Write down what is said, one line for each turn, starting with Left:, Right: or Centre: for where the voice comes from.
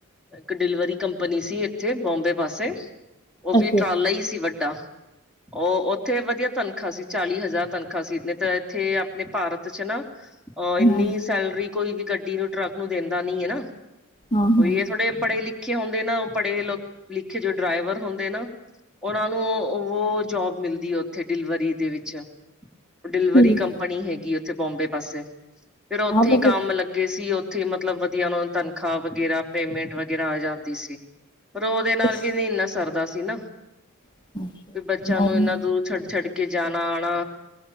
Centre: ਇੱਕ ਡਿਲਵਰੀ ਕੰਪਨੀ ਸੀ ਇੱਥੇ ਬੋਂਬੇ ਪਾਸੇ ਉਹ ਵੀ
Left: ਅੱਛਾ
Centre: ਟਰਾਲਾ
Left: ਅੱਛਾ
Centre: ਹੀ ਸੀ ਵੱਡਾ। ਉਹ ਉੱਥੇ ਵਧੀਆ ਤਨਖਾਹ ਸੀ ਚਾਲੀ ਹਜ਼ਾਰ ਤਨਖਾਹ ਸੀ। ਨਹੀਂ ਤਾਂ ਇੱਥੇ ਆਪਣੇ ਭਾਰਤ ਚ ਨਾ ਅ ਇੰਨੀ
Left: ਹਾਂ
Centre: ਸੈਲਰੀ ਕੋਈ ਵੀ ਗੱਡੀ ਨੂੰ, ਟਰੱਕ ਨੂੰ ਦਿੰਦਾ ਨੀ ਐਨਾ।
Left: ਹਾਂ
Centre: ਉਹੀ
Left: ਹਾਂ
Centre: ਥੋੜੇ ਪੜ੍ਹੇ ਲਿਖੇ ਹੁੰਦੇ ਨਾ, ਉਹ ਪੜ੍ਹੇ ਲਿਖੇ ਜੋ ਡਰਾਈਵਰ ਹੁੰਦੇ ਨਾ ਉਹਨਾਂ ਨੂੰ ਉਹ ਜੋਬ ਮਿਲਦੀ ਐ ਉੱਥੇ ਡਿਲਵਰੀ ਦੇ ਵਿੱਚ। ਡਿਲਵਰੀ
Left: ਠੀਕ
Centre: ਕੰਪਨੀ ਹੈਗੀ ਉੱਥੇ ਬੋਂਬੇ ਪਾਸੇ। ਫੇਰ ਓਥੇ
Left: ਆ ਤਾਂ
Centre: ਈ
Left: ਬਸ
Centre: ਕੰਮ ਲੱਗੇ ਸੀ ਓ। ਓਥੇ ਮਤਲਬ ਵਧੀਆ ਓਨਾ ਨੂੰ ਤਨਖ਼ਾਹ ਵਗੈਰਾ ਪੇਮੈਂਟ ਵਗੈਰਾ ਆ ਜਾਂਦੀ ਸੀ। ਪਰ ਓਦੇ ਨਾਲ
Left: ਇਸ
Centre: ਵੀ ਨੀ ਏਨਾ ਸਰਦਾ ਸੀ ਨਾ,
Left: ਅੱਛਾ ਅੱਛਾ,
Centre: ਵੀ ਬੱਚਿਆਂ ਨੂੰ
Left: ਨਹੀਂ
Centre: ਏਨਾ ਦੂਰ ਛੱਡ-ਛੱਡ ਕੇ ਕੇ ਜਾਣਾ ਆਣਾ।